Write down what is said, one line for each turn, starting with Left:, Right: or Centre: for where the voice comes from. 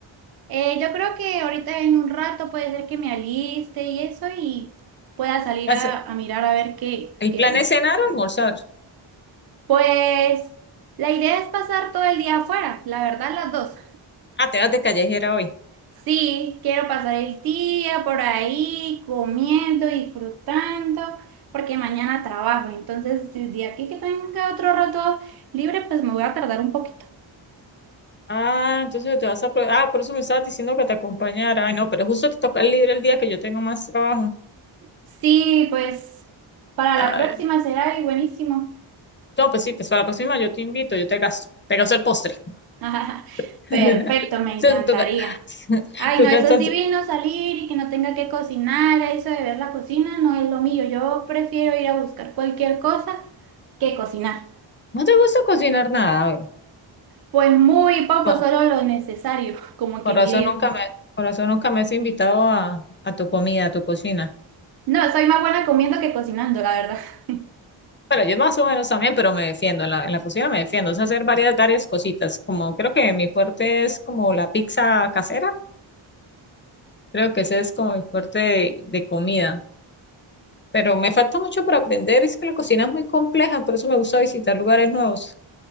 Right: Eh, yo creo que ahorita en un rato puede ser que me aliste y eso y pueda salir
Left: As-
Right: a, a mirar a ver qué,
Left: ¿El
Right: qué
Left: plan
Right: vemos.
Left: es cenar o almorzar?
Right: Pues la idea es pasar todo el día afuera, la verdad las dos.
Left: Ah, te vas de callejera hoy.
Right: Sí, quiero pasar el día por ahí comiendo, disfrutando, porque mañana trabajo. Entonces, el día aquí que tenga otro rato libre, pues me voy a tardar un poquito.
Left: Ah, entonces te vas a... pro- Ah, por eso me estabas diciendo que te acompañara. Ay, no, pero justo te toca libre el día que yo tengo más trabajo.
Right: Sí, pues para
Left: Ay,
Right: la próxima será y buenísimo.
Left: no, pues sí, pues para la próxima yo te invito, yo te gasto, te gasto el postre.
Right: <laughs>
Left: <laughs>
Right: Perfecto, me encantaría.
Left: Tú, tú ga-
Right: Ay,
Left: tú
Right: no,
Left: gastas...
Right: eso es divino salir y que no tenga que cocinar, eso de ver la cocina no es lo mío. Yo prefiero ir a buscar cualquier cosa que cocinar.
Left: ¿No te gusta cocinar nada?
Right: Pues muy poco,
Left: güey?
Right: solo lo necesario, <laughs> como
Left: Con
Right: quien
Left: razón
Right: diría.
Left: nunca me, con razón nunca me has invitado a, a tu comida, a tu cocina.
Right: No, soy más buena comiendo que cocinando, la verdad. <laughs>
Left: Bueno, yo más o menos también, pero me defiendo, en la, en la cocina me defiendo, o sea, hacer varias, varias cositas, como creo que mi fuerte es como la pizza casera, creo que ese es como mi fuerte de, de comida, pero me falta mucho para aprender, es que la cocina es muy compleja, por eso me gusta visitar lugares nuevos.